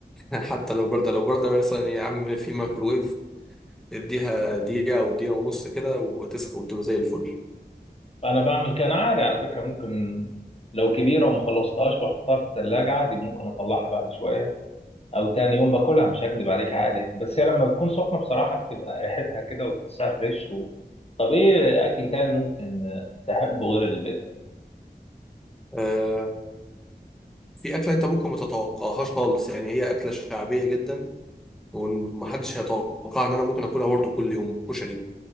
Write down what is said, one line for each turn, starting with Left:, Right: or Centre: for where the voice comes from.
Centre: <laughs> حتى لو بارده لو بارده مثلا يا عم في ميكروويف اديها دقيقه او دقيقه ونص كده وتسخن وتبقى زي الفل
Left: انا بعمل كده انا عادي على فكره ممكن لو كبيره وما خلصتهاش بحطها في الثلاجه عادي ممكن اطلعها بعد شويه او تاني يوم باكلها مش هكدب عليك عادي يعني بس هي لما بتكون سخنه بصراحه بتبقى ريحتها كده وتحسها فريش و... طب ايه اكل تاني ممكن تحبه غير البيتزا
Centre: آه في اكله انت ممكن ما تتوقعهاش خالص يعني هي اكله شعبيه جدا ومحدش هيتوقع ان انا ممكن اكلها برضه كل يوم كشري